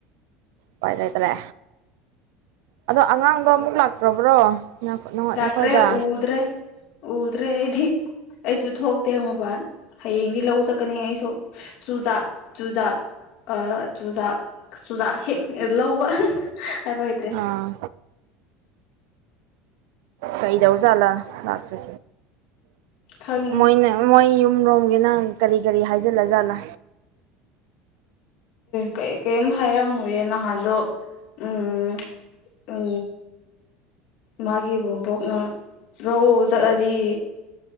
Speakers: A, on the right; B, on the left.
A: ꯄꯥꯏ ꯂꯩꯗ꯭ꯔꯦ ꯑꯗꯣ ꯑꯉꯥꯡꯗꯣ ꯑꯃꯨꯛ ꯂꯥꯛꯇ꯭ꯔꯕ꯭ꯔꯣ
B: ꯂꯥꯛꯇ꯭ꯔꯦ
A: ꯅꯈꯣꯏꯗ
B: ꯎꯗ꯭ꯔꯦ ꯎꯗ꯭ꯔꯦ ꯑꯩꯗꯤ ꯑꯩꯁꯨ ꯊꯣꯛꯇꯦ ꯃꯄꯥꯟ ꯍꯌꯦꯡꯗꯤ ꯂꯧ ꯆꯠꯀꯅꯤ ꯑꯩꯁꯨ ꯆꯨꯖꯥꯛ ꯆꯨꯖꯥꯛ ꯑ ꯆꯨꯖꯥꯛ ꯆꯨꯖꯥꯛ ꯍꯦꯛ ꯂꯧꯕ ꯍꯥꯏꯕ ꯍꯥꯏꯇꯔꯦ
A: ꯑꯥ ꯀꯩꯗꯧꯖꯥꯠꯂꯥ ꯂꯥꯛꯇ꯭ꯁꯦ
B: ꯈꯪꯗꯦ
A: ꯃꯣꯏꯅꯦ ꯃꯣꯏ ꯌꯨꯝꯔꯣꯝꯒꯤꯅ ꯀꯔꯤ ꯀꯔꯤ ꯍꯥꯏꯖꯜꯂ ꯖꯥꯠꯂ
B: ꯀꯩ ꯀꯔꯤꯝ ꯍꯥꯏꯔꯝꯃꯣꯏꯌꯦ ꯅꯍꯥꯟꯗꯣ ꯎꯝ ꯎ ꯃꯥꯒꯤ ꯕꯨꯕꯣꯛꯅ ꯂꯧꯎ ꯆꯠꯂꯗꯤ